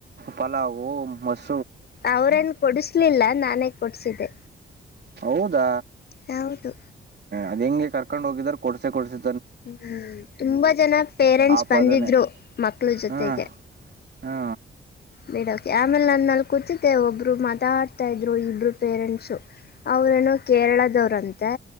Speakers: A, on the right; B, on the left.
A: ಪಲಾವ್ ಮಸ್
B: ಅವ್ರೇನ್ ಕೊಡಿಸಲಿಲ್ಲ ನಾನೇ ಸ್ ಒಟ್ಟಿಸಿದೆ
A: ಹೌದಾ
B: ಯಾವುದು
A: ಅದ ಹೆಂಗೆ ಕರ್ಕ್ ಹೋಗ್ರರು ಕೊಡ್ಸೆ ಕೊಡ್ಸ
B: ಹ್ಮ ತುಂಬಾ ಜನ ಪೇರೆಂಟ್ಸ್
A: ಆಪಾದನೆ
B: ಬಂದಿದ್ರು ಮಕ್ಳ ಜೊತೆಗೆ
A: ಹಾ ಹಾ
B: ಬಿೇಡಕೆ ಆಮೇಲೆ ನನ್ನಲ್ಲಿ ಕೂತಿದ್ದೆ ಒಬ್ರು ಮಾತಾಡ್ತಾ ಇದ್ರು ಇಬ್ರು ಪೇರೆಂಟ್ಸು ಅವ್ರೇನೋ ಕೇರಳದವ್ರಂತೆ